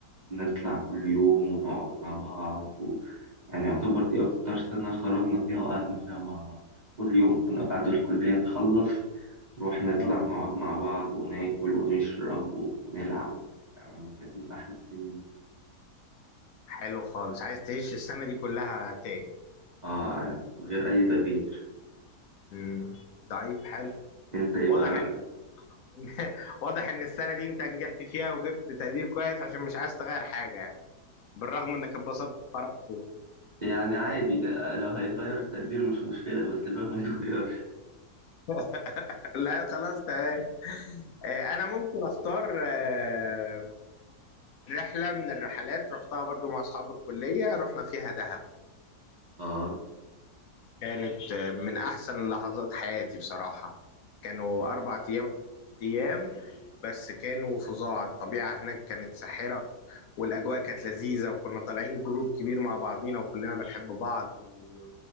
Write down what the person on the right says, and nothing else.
نطلع كل يوم ونقعد مع بعض و... يعني يعتبر دي أكتر سنة خرجنا فيها وقعدنا فيها مع بعض كل يوم كنا بعد الكلية نخلص نروح نطلع
نقعد مع بعض وناكل ونشرب ونلعب يعني كانت من أحلى السنين
آه من غير أي تغيير
أنت إيه
بقى رأيك؟
يعني عادي آه، لو هيتغير التقدير مش مشكلة بس الباقي ما يتغيرش
آه